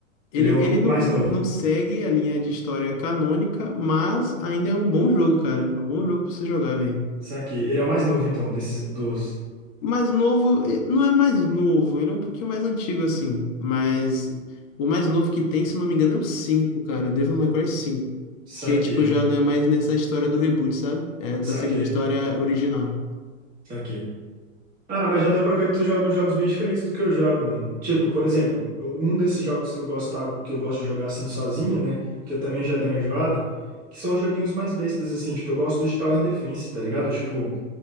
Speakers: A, on the left; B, on the right.
A: Ele,
B: Ele é o
A: ele não,
B: mais novo.
A: não segue a linha de história canônica, mas ainda é um bom jogo, cara. É um bom jogo pra você jogar, velho.
B: Saquei. Ele é o mais novo, então, desses dos.
A: Mais novo, eh, não é mais novo, ele é um pouquinho mais antigo assim, mas o mais novo que tem, se não me engano, é o 5 cara, Devil May Cry cinco
B: Saquei.
A: que aí tipo já não é mais nessa história do reboot, sabe? É,
B: Saquei,
A: tá seguindo a história original.
B: saquei. Ah, mas já deu pra ver que tu joga uns jogos bem diferentes do que eu jogo, mano. Tipo, por exemplo, um desses jogos que eu gostava, que eu gosto de jogar assim sozinho, né? Que eu também
A: Uhum.
B: já dei uma enjoada, que são joguinhos mais bestas, assim. Tipo, eu gosto de Tower Defense, tá ligado? Tipo,